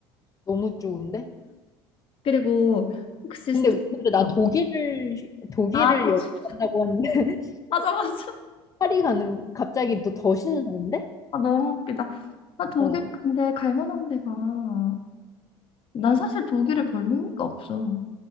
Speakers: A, on the left; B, on the left.
A: 너무 좋은데?
B: 그리고 혹시
A: 근데,
B: 스타벅스나
A: 근데 나 독일을, 휴- 독일을
B: 아, 도- <laughs>
A: 여행한다고 하는데
B: 맞아, 맞아.
A: 파리 가는 갑자기 너 더 신나는데?
B: 아, 너무 웃기다. 아, 독일
A: 어.
B: 근데 갈 만한 데가. 난 사실 독일에 별로 흥미가 없어.